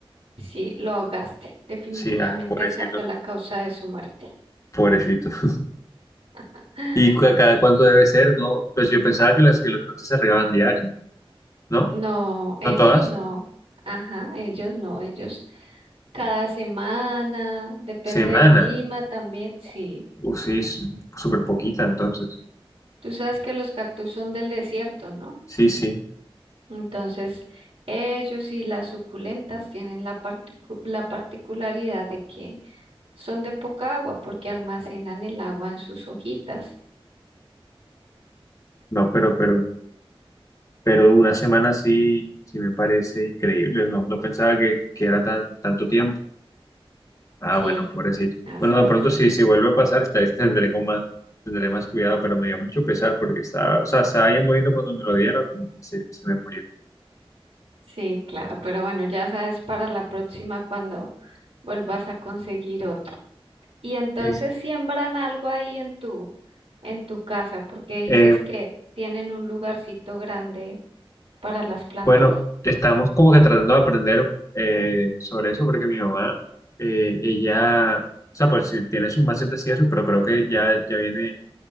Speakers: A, on the right (about 85°); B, on the left (about 35°).
A: sí, lo ahogaste. Definitivamente
B: Sí, ah, pobrecito,
A: esa fue la causa de su muerte.
B: pobrecito. <laughs>
A: <laughs>
B: ¿Y cu- cada
A: <sighs>
B: cuánto debe ser? No, pues yo pensaba que las que los plantas se regaban diario, ¿no?
A: No, ellos
B: ¿No todas?
A: no. Ajá, ellos no, ellos cada semana, depende
B: Semana.
A: del clima también, sí.
B: o sí, es súper poquita entonces.
A: Tú sabes que los cactus son del desierto, ¿no?
B: Sí, sí,
A: Entonces, ellos y las suculentas tienen la particu- la particularidad de que son de poca agua porque almacenan el agua en sus hojitas.
B: no, pero, pero, pero una semana sí, sí me parece increíble, no, no pensaba que, que era tan, tanto tiempo. Ah,
A: Sí,
B: bueno, pobrecito.
A: así
B: Bueno, de pronto
A: es.
B: si, si vuelve a pasar, <laughs> estaré- tendré con más, tendré más cuidado, pero me dio mucho pesar porque estaba, o sea, estaba bien bonito cuando me lo dieron y se, se me murió.
A: Sí, claro, pero bueno, ya sabes para la próxima cuando vuelvas a conseguir otro. Y entonces
B: Sí, sí.
A: siembran algo ahí en tu, en tu casa, porque dices
B: Eh,
A: que tienen un lugarcito grande para las plantas.
B: bueno, estamos como que tratando de aprender eh, sobre eso porque mi mamá, eh, ella, o sea, pues sí tiene sus macetas y eso, pero creo que ya, ya viene